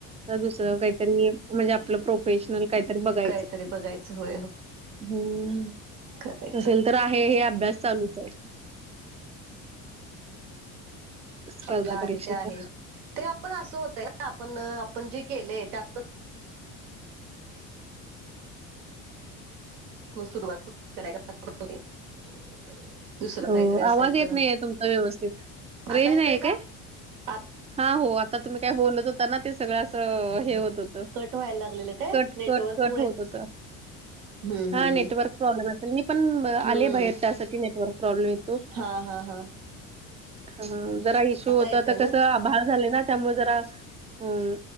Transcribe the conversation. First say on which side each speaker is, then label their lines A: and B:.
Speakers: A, on the right (about 20°); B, on the right (about 85°).
A: दुसरं काहीतरी म्हणजे आपलं प्रोेफेशनल काय बघायचं.
B: कायतरी बघायचं हो
A: हम्म
B: करायचं
A: असेल तर आहे हे अभ्यास चालूच आहे. स्पर्धा
B: आपला आहे
A: परीक्षेचा.
B: ते आहे. ते आपण असं होतय आपण आपण जे केलेय त्यात. सुरुवातठ कराय <inaudible> काहीतरी
A: अ
B: असेल
A: आवाज येत
B: तर
A: नाही आहे तुमचा व्यवस्थित
B: आता
A: रेंज
B: येतोय
A: नाहीय
B: का
A: काय?
B: आ
A: हा हो आता तुम्ही काय बोलत होता ना ते सगळं अस हे होत होत.
B: कट व्हायला लागलेलं काय
A: कट
B: नेटवर्क
A: कट कट
B: मुळे
A: होत होत.
B: हम्म
A: हा
B: हम्म
A: नेटवर्क
B: हम्म
A: प्रॉब्लेम असेल मी पण आले
B: हम्म
A: बाहेर त्यासाठी नेटवर्क प्रॉब्लेमेत.
B: हा हा हां
A: ह जरा इश्यू होता
B: येतोय
A: तर
B: ना
A: कसं आभाळ झाले ना त्यामुळे जरा हम्